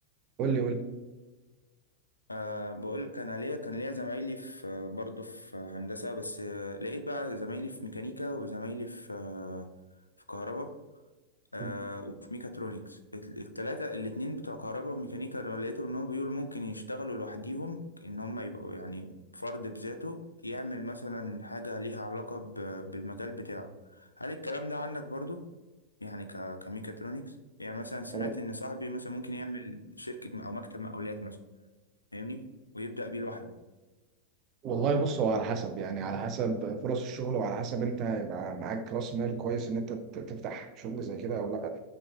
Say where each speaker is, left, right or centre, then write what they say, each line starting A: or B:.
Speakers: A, on the right; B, on the left.
A: قول لي قول لي
B: أه بقول لك انا ليا كان ليا زمايلي في برضه في هندسه بس آه، لقيت بقى زمايلي في ميكانيكا وزمايلي في آه، في كهرباء أه
A: مم.
B: وفي ميكاترونكس الت- التلاتة الاتنين بتوع كهرباء وميكانيكا دول لقيتهم ان هم بيقولوا ممكن يشتغلوا لوحديهم ان هم يبقوا يعني فرد بذاته يعمل مثلا حاجه ليها علاقه ب- بالمجال بتاعه هل الكلام ده عندك برضه يعني ك كميكاترونكس يعني مثلا سمعت
A: خلاص.
B: ان صاحبي مثلا ممكن يعمل شركه او مكتب مقاولات مثلا فاهمني ويبدأ بيه لوحده
A: والله بص هو على حسب يعني على حسب فرص الشغل وعلى حسب انت يبقى معاك راس مال كويس ان انت ت- تفتح شغل زي كده او لا